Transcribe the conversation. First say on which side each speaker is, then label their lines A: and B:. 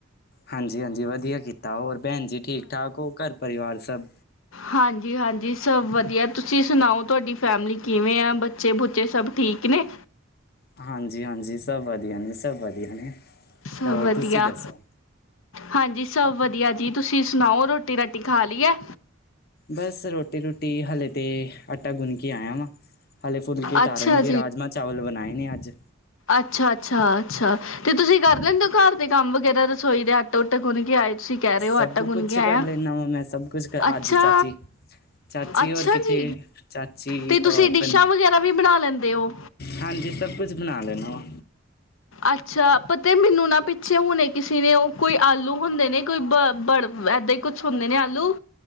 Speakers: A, on the left (about 50°); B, on the left (about 75°).
A: ਹਾਂਜੀ-ਹਾਂਜੀ ਵਦੀਆ ਕੀਤਾ ਹੋਰ ਭੈਣ ਜੀ ਠੀਕ-ਠਾਕ ਹੋ ਘਰ ਪਰਿਵਾਰ ਸਭ।
B: ਹਾਂਜੀ-ਹਾਂਜੀ ਸਭ ਵਧੀਆ ਤੁਸੀਂ ਸੁਨਾਓ ਤੁਹਾਡੀ ਫੈਮਿਲੀ ਕਿਵੇਂ ਆ। ਬੱਚੇ ਬੁੱਚੇ ਸਬ ਠੀਕ ਨੇ।
A: ਹਾਂਜੀ-ਹਾਂਜੀ ਸਬ ਵਦੀਆ ਨੇ ਸਬ ਵਦੀਆ ਨੇ।
B: ਸਬ
A: ਹੋਰ
B: ਵਦੀਆ।
A: ਤੁਸੀਂ ਦੱਸੋ
B: ਹਾਂਜੀ ਸਭ ਵਦੀਆ ਜੀ ਤੁਸੀਂ ਸੁਨਾਓ ਰੋਟੀ ਰਾਟੀ ਖਾ ਲਈ ਐ।
A: ਬਸ ਰੋਟੀ ਰੂਟੀ ਹਲੇੇ ਤੇ ਆਟਾ ਗੁੰਨ ਕੇ ਆਏਆ ਵਾਂ। ਹਲੇੇ ਫੁਲਕੇ
B: ਅੱਛਾ
A: ਤਾਰਨਗੇ ਰਾਜਮਾਂ ਚਾਵਲ ਬਨਾਏ ਨੇ ਅੱਜ।
B: ਅੱਛਾ-ਅੱਛਾ-ਅੱਛਾ ਤੇ ਤੁਸੀਂ
A: ਹਾਂਜੀ
B: ਕਰ ਲੈਂਦੇ ਓਂ ਘਰ ਦੇ ਕੰਮ ਵਗੈਰਾ ਰਸੋਈ ਦੇ ਆਟਾ ਉਟਾ ਗੁੰਨ ਕੇ ਆਏ ਤੁਸੀਂ। ਕੈ ਰਏ
A: ਸਭ
B: ਓਂ ਆਟਾ ਗੁੰਨ
A: ਕੁਛ
B: ਕੇ ਆਏਆਂ,
A: ਕਰ ਲੈਂਦਾ ਵਾਂ ਮੈਂ ਸਭ ਕੁਛ ਕਰ
B: ਅੱਛਾ।
A: ਅੱਜ ਚਾਚੀ ਚਾਚੀ
B: ਅੱਛਾ
A: ਹੋਰ ਕਿੱਥੇ
B: ਜੀ,
A: ਚਾਚੀ
B: ਤੇ
A: ਅ
B: ਤੁਸੀਂ ਡਿਸ਼ਾਂ
A: ਪਨ
B: ਵਗੈਰਾ ਵੀ ਬਨਾ ਲੈਂਦੇ ਓਂ।
A: ਹਾਂਜੀ ਸਬ ਕੁਝ ਬਨਾ ਲੈਂਨਾ ਵਾ।
B: ਅੱਛਾ ਪਤਾ ਮੈਨੂੰ ਨਾ ਪਿੱਛੇ ਹੁਨੇ ਕਿਸੇ ਨੇ ਓਹ ਕੋਈ ਆਲੂ ਹੁੰਦੇ ਨੇ ਕੋਈ ਬ ਬੜ ਏਦਾ ਈ ਕੁਛ ਹੁੰਦੇ ਨੇ ਆਲੂ,